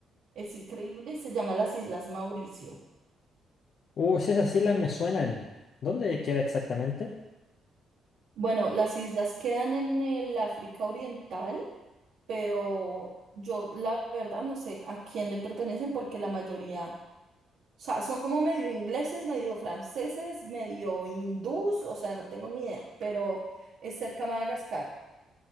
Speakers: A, on the right; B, on the left.
A: es increíble y se llama las Islas Mauricio.
B: Uy, si esas islas me suenan. ¿Dónde queda exactamente?
A: Bueno, las islas quedan en el África Oriental, pero yo la verdad no sé a quién le pertenecen porque la mayoría O sea, son como medio ingleses, medio franceses, medio hindús, o sea, no tengo ni idea, pero es cerca a Madagascar.